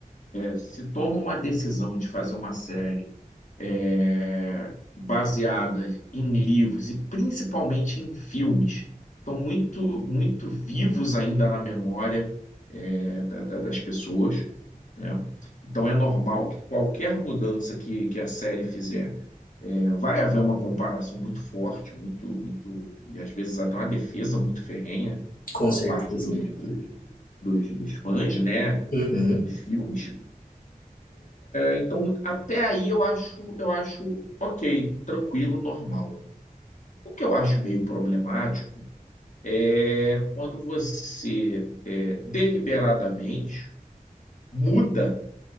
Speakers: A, on the left; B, on the left.
A: se toma uma decisão de fazer uma série é, baseada em livros e principalmente em filmes, que estão muito, muito vivos ainda na memória é, da, da, das pessoas. Né? Então é normal que qualquer mudança que, que a série fizer é, vai haver uma comparação muito forte, muito, muito e às vezes até uma defesa muito ferrenha
B: com
A: por
B: certeza.
A: parte dos, dos, dos, dos fãs, né,
B: Uhum.
A: é, dos filmes. Então, até aí eu acho, eu acho ok, tranquilo, normal. O que eu acho meio problemático é quando você é, deliberadamente muda